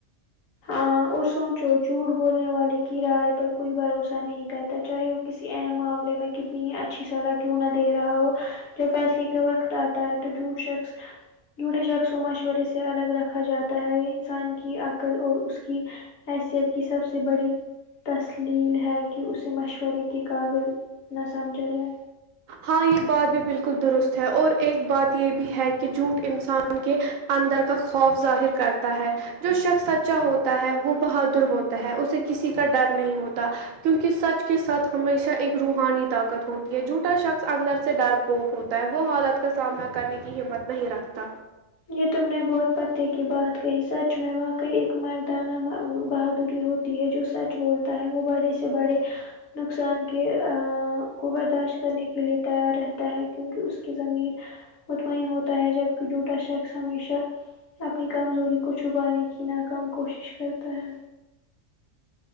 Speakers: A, on the left; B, on the right.
A: ہاں اور سوچو جھوٹ بولنے والے کی رائے پر کوئی بھروسہ نہیں کہتا ہے چاہے وہ کسی اہم معاملے میں کتنی ہی اچھا اچھی صلاح کیوں نہ دے رہا ہو جو فیصلے کے وقت آتا ہے تو جھوٹ شخص جھوٹے شخص و مشورے سے الگ رکھا جاتا ہے یہ انسان کی عقل اور اس کی حیثیت کی سب سے بڑی تسلیل ہے کہ اسے مشورے کے قابل نہ سمجھا جائے
B: ہاں یہ بات بھی بالکل درست ہے اور ایک بات یہ بھی ہے کہ جھوٹ انسان ان کے اندر کا خوف ظاہر کرتا ہے جو شخص سچا ہوتا ہے وہ بہادر ہوتا ہے اسے کسی کا ڈر نہیں ہوتا کیونکہ سچ کے ساتھ ہمیشہ ایک روحانی طاقت ہوتی ہے جو ا شخص اندر سے ڈر پوک ہوتا ہے وہ حالت کا سامنا کرنے کی ہمت نہیں رکھتا
A: یہ تم نے بہت پتے کی بات کہ سچ میں واقعی ایک مردانہ بہادری ہوتی ہے جو سچ بولتے ہے وہ بڑے سے بڑے نقصان کے ا برداشت کرنے کے لیے تیار رہتا ہے کیونکہ اس کی زمیر مطمئین پوتا ہے جب جھوٹا شخص ہمیشہ اپنی کمزوری کو چھپانے کی نا کام کوشش کرتا ہے